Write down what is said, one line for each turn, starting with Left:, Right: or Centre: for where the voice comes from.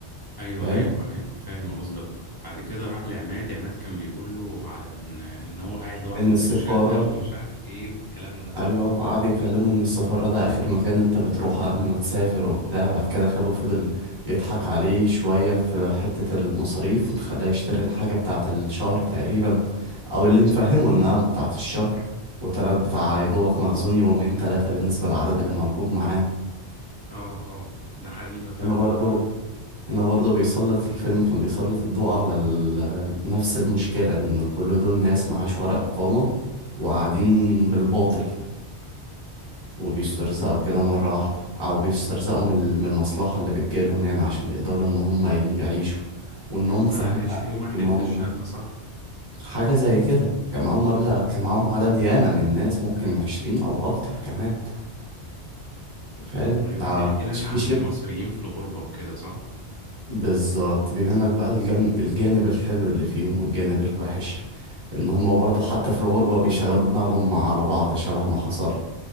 Left: ايوه
Right: فاهم
Left: ايوه ايوه فاهم قصدك بعد كده راح لعماد عماد كان بيقول له على ان ان هو قاعد لوحده
Right: ان السفارة
Left: في الشقة ومش عارف ايه والكلام ده صح
Right: ايوه وقعد يكلمه ان السفارة ده اخر مكان انت بتروحه قبل ما تسافر وبتاع بعد كده خده فضل يضحك عليه شوية في حتة المصاريف خلاه يشتري الحاجة بتاعة الشهر تقريبا او اللي مفهمه انها بتاعة الشهر وطلعت بتاع يا دوبك مخزون يومين تلاتة بالنسبة للعدد اللي موجود معاه
Left: اه اه ده حقيقة فعلا
Right: هنا برضو هنا برضو بيسلط الفيلم كان بيسلط الضوء على ال... نفس المشكلة ان كل دول ناس معاش ورق إقامة وقاعدين بالباطل وبيسترزقوا كده مرة واحدة أو بيسترزقوا من ال- من المصلحة اللي بتجيلهم يعني عشان يقدروا إن هم يعيشوا وإنهم
Left: كان
Right: فاهمين
Left: معاه عشرين واحد
Right: إن هم
Left: في الشقة صح
Right: حاجة زي كده كان معاهم مبلغ كان معاهم عدد ياما من الناس ممكن عشرين أو أكتر كمان فاهم
Left: ايوه
Right: ده
Left: بيحكي
Right: ما كانش
Left: لك عن
Right: فيه شبع
Left: المصريين في الغربة وكده صح
Right: بالظبط بيبين لك بقى الجن... الجانب الحلو اللي فيهم والجانب الوحش ان هما برضه حتى في الغربة بيشغلوا دماغهم على بعض شبه ما حصل